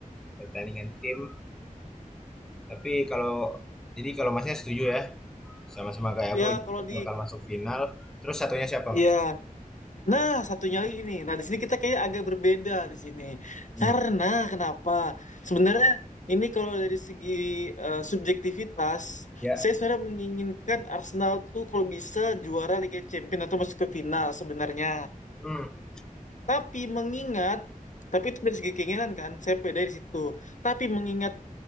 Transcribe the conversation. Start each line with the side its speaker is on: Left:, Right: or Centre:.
Centre: pertandingan tim. Tapi kalau jadi kalau Masnya setuju ya, sama-sama kayak
Left: Ya,
Centre: aku ini
Left: kalau di...
Centre: bakal masuk final. Terus satunya siapa, Mas?
Left: Ya, Nah, satunya lagi nih. Nah, di sini kita kayak agak berbeda di sini.
Centre: Hmm.
Left: Karena kenapa? Sebenarnya ini kalau dari segi eh, subjektivitas,
Centre: Ya.
Left: saya sebenarnya menginginkan Arsenal tuh kalau bisa juara Liga Champions atau masuk ke final sebenarnya.
Centre: Hmm.
Left: Tapi mengingat, tapi itu dari segi keinginan kan, saya beda di situ. Tapi mengingat,